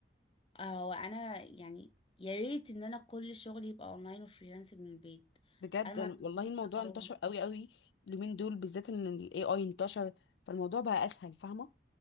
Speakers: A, on the left (about 30°); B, on the left (about 85°).
A: هو انا يعني يا ريت ان انا كل شغلي يبقى اونلاين وفريلانسنج من البيت
B: بجد
A: انا ما
B: أنا-
A: عنديش-
B: والله الموضوع
A: اه
B: انتشر قوي قوي اليومين دول بالذات ان الاي اي انتشر فالموضوع بقى اسهل فاهمه